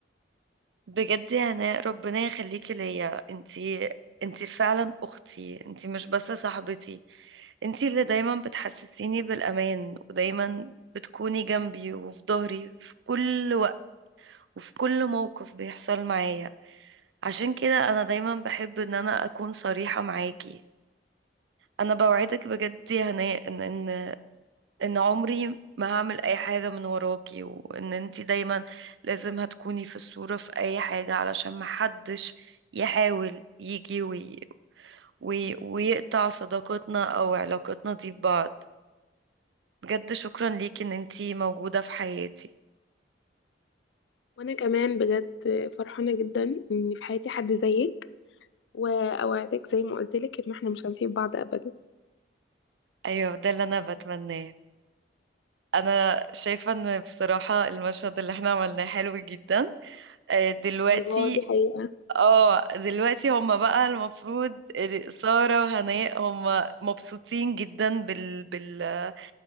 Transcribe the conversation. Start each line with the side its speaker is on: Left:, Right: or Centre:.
Right: بجد يا هناء ربنا يخليكي ليا انتي انتي فعلا اختي انتي مش بس صاحبتي انتي اللي دايما بتحسسيني بالامان ودايما بتكوني جنبي وفي ظهري في كل وقت وفي كل موقف بيحصل معايا عشان كده انا دايما بحب ان انا اكون صريحة معاكي انا بوعدك بجد يا هناء ان ان ان عمري ما هعمل اي حاجة من وراكي وان انتي دايما لازم هتكوني في الصورة في اي حاجة علشان محدش يحاول يجي وي... وي... ويقطع صداقتنا او علاقتنا دي ببعض بجد شكرا ليكي ان انتي موجودة في حياتي
Left: وانا كمان بجد فرحانه جدا ان في حياتي حد زيك واوعدك زي ما قلت لك ان احنا مش هنسيب بعض ابدا
Right: ايوه ده اللي انا بتمناه انا شايفة ان بصراحة المشهد اللي احنا عملناه حلو جدا آه، دلوقتي
Left: الله دي حقيقه
Right: اه دلوقتي هما بقى المفروض سارة وهناء هما مبسوطين جدا بال... بال...